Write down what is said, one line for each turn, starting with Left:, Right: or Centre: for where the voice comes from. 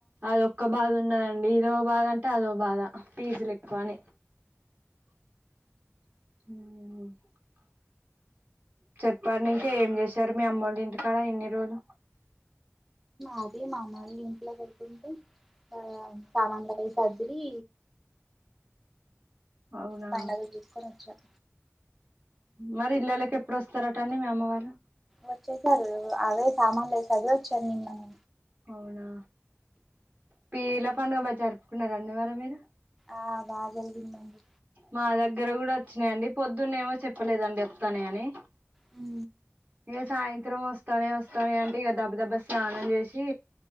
Right: అది ఒక్క బాధ ఉన్నదండి ఇదో బాధ అంటే అదో బాధ పీజులు ఎక్కువని ఉమ్ చెప్పడి ఇంకా ఏం చేసారు మీ అమ్మ వాళ్ళ ఇంటికాడ ఇన్ని రోజులు
Centre: అదే మా మరిది ఇంట్లో వెళ్తుంటే ఆ సామాన్ల కేసి కదిరి
Right: అవునా
Centre: పండగ చూసుకొని వచ్చాం
Right: మరి ఇల్లలోకి ఎప్పుడు వస్తారాంట అండి మీ అమ్మ వాళ్ళు
Centre: వచ్చేసారు అవే సామాన్లు అవి సర్ది వచ్చాను నేను
Right: అవునా పిర్లా పండుగ బా జరుపుకున్నారండి మరి మీరు
Centre: ఆ బాగా జరిగింది అండి
Right: మా దగ్గర కూడా వచ్చినాయండి పొద్దున్న ఏమో చెప్పలేదండి వత్తన్నయ్ అని
Centre: హు
Right: ఇగ సాయంత్రం వస్తానే వస్తానే అంటే ఇక దబ దబ స్నానం చేసి